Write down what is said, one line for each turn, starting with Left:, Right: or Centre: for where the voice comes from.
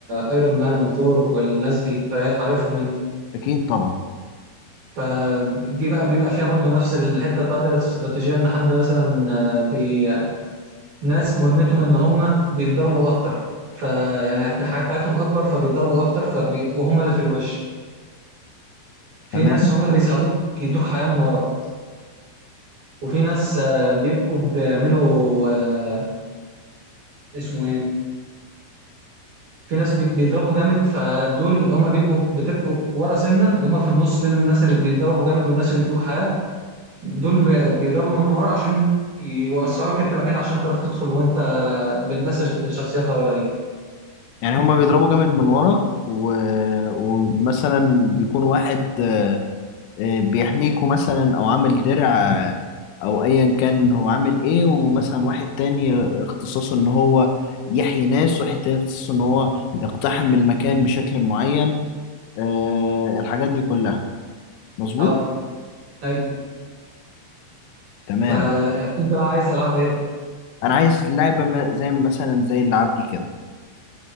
Right: ايرون مان وثور والناس دي فعارفهم انت
Left: اكيد طبعا
Right: فدي بقى بيبقى فيها برضو نفس الحته بتاعت الاستراتيجيه ان حد مثلا آه، بي... ناس مهمتهم ان هم بيتضربوا اكتر فيعني الحياه بتاعتهم اكبر فبيتضربوا اكتر فبيبقوا هم اللي في الوش في
Left: تمام
Right: ناس هم اللي بيساعدوك يدوك حياه من ورا وفي ناس آه، بيبقوا بيعملوا آه، اسمه ايه في ناس بي- بيضربوا جامد فدول اللي هم بيبقوا بتبقوا ورا سنه اللي هم في النص بين الناس اللي بيتضربوا جامد والناس اللي بيدوك حياه دول بي- بيضربوا من ورا عشان يوسعوا لك انت مكان عشان تعرف تدخل وانت بالناس اللي شخصياتها ورا دي
Left: يعني هما بيضربوا جامد من ورا و... ومثلا بيكون واحد آه، بيحميكوا مثلا او عامل درع آه، او ايا كان هو عامل ايه ومثلا واحد تاني اختصاصه ان هو يحيي ناس واحد تاني اختصاصه ان هو يقتحم المكان بشكل معين آه، الحاجات دي كلها مظبوط
Right: اه ايوه
Left: تمام
Right: فانت بقى عايز العاب ايه؟
Left: انا عايز لعبة م- زي مثلا زي اللعب دي كده